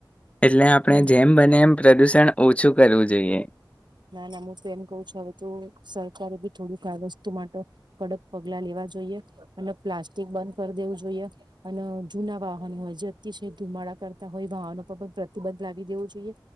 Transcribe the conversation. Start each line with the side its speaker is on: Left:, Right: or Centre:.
Left: એટલે આપણે
Right: હમ
Left: જેમ બને એમ પ્રદૂષણ ઓછું કરવું જોઈએ.
Right: ના ના હું તો એમ કહું છું હવે તો સરકારે બી થોડુંક વસ્તુ માટે કડક પગલા લેવા જોઈએ અને પ્લાસ્ટિક બંધ કરી દેવું જોઈએ અને જુના વાહનો હોય જે અતિશય ધુમાડા કરતા હોય વાહનો પર પણ પ્રતિબંધ લાવી દેવું જોઈએ